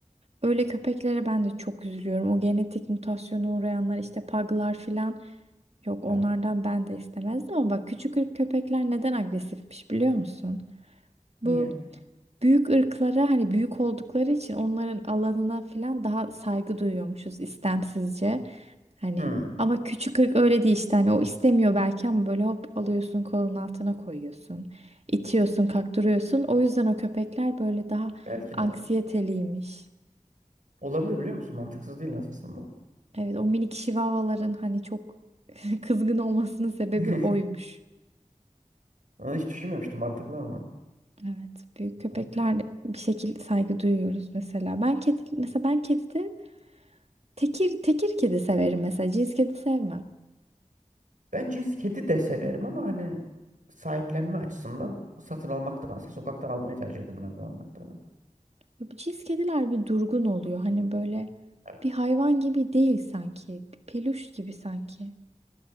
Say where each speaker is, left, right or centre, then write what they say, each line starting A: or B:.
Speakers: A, on the right (about 50°); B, on the right (about 75°).
A: Öyle köpeklere ben de çok üzülüyorum. O genetik mutasyona uğrayanlar işte paglar filan. Yok onlardan
B: Evet.
A: ben de istemezdim ama bak küçük ırk köpekler neden agresifmiş biliyor musun? Bu
B: Niye?
A: büyük ırklara hani büyük oldukları için onların alanına falan daha saygı duyuyormuşuz istemsizce. Hani
B: Hmm,
A: ama küçük ırk öyle değil işte hani o istemiyor belki ama böyle hop alıyorsun kolun altına koyuyorsun. itiyorsun kaktırıyorsun. O yüzden o köpekler böyle daha
B: belki
A: anksiyeteliymiş.
B: de. Olabilir biliyor musun? Mantıksız değil aslında bu.
A: Evet o minik şivavaların hani çok <laughs> kızgın olmasının sebebi
B: <laughs>
A: oymuş.
B: Onu hiç düşünmemiştim. Mantıklı ama.
A: Evet, büyük köpeklerle
B: Mantıklı.
A: bir şekilde saygı duyuyoruz mesela. Ben kedi mesela ben kedide tekir tekir kedi severim mesela. Cins kedi sevmem.
B: Ben cins kedi de severim ama hani sahiplenme açısından satın almaktansa sokaktan almayı tercih ederim her zaman. Tabii.
A: Bu cins kediler bir durgun oluyor. Hani böyle
B: Evet.
A: bir hayvan gibi değil sanki. Bir peluş gibi sanki.